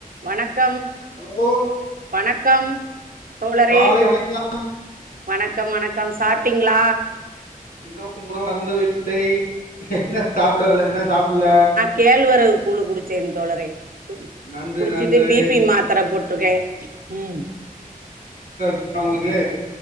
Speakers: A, on the right (about 70°); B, on the left (about 80°).
A: வணக்கம்
B: ஹலோ
A: வணக்கம் தோழரே
B: காலை வணக்கம்
A: வணக்கம் வணக்கம் சாப்ட்டீங்களா
B: இன்னு உணவருந்தவில்லை இன்னு சாப்புடல்ல இன்னு சாப்புல்ல
A: கேழ்வரவு கூழு குடிச்சே தோழரே
B: நன்று
A: குடிச்சிட்டு
B: நன்று
A: பி பி மாத்திர போட்ருக்கே ம்
B: <unintelligible> ஒங்களுக்கு